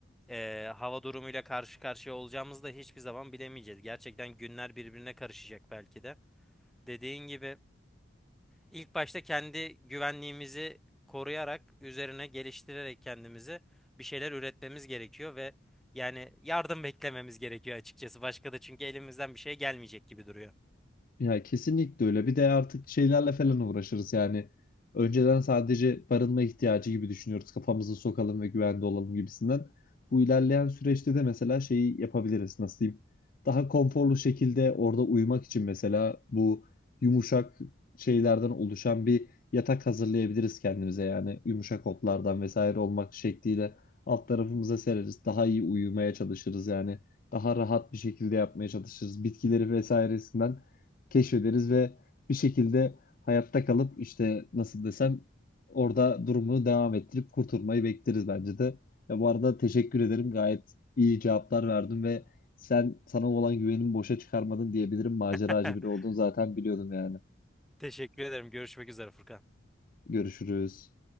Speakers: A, in the centre; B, on the left.
A: eee, hava durumuyla karşı karşıya olacağımızı da hiçbir zaman bilemeyeceğiz. Gerçekten günler birbirine karışacak belki de. Dediğin gibi İlk başta kendi güvenliğimizi koruyarak, üzerine geliştirerek kendimizi bir şeyler üretmemiz gerekiyor ve yani yardım beklememiz gerekiyor açıkçası. Başka da çünkü elimizden bir şey gelmeyecek gibi duruyor.
B: Ya kesinlikle öyle. Bir de artık şeylerle falan uğraşırız yani. Önceden sadece barınma ihtiyacı gibi düşünüyoruz. Kafamızı sokalım ve güvende olalım gibisinden. Bu ilerleyen süreçte de mesela şeyi yapabiliriz. Nasıl diyeyim? Daha konforlu şekilde orada uyumak için mesela bu yumuşak şeylerden oluşan bir yatak hazırlayabiliriz kendimize yani. Yumuşak otlardan vesaire olmak şekliyle alt tarafımıza sereriz. Daha iyi uyumaya çalışırız yani. Daha rahat bir şekilde yapmaya çalışırız. Bitkileri vesairesinden keşfederiz ve bir şekilde hayatta kalıp işte nasıl desem orada durumunu devam ettirip kurtulmayı bekleriz bence de. Ya bu arada teşekkür ederim. Gayet iyi cevaplar verdin ve sen sana olan güvenimi boşa çıkarmadın diyebilirim. Maceracı
A: <laughs>
B: biri olduğunu zaten biliyordum yani.
A: Teşekkür ederim. Görüşmek üzere Furkan.
B: Görüşürüz.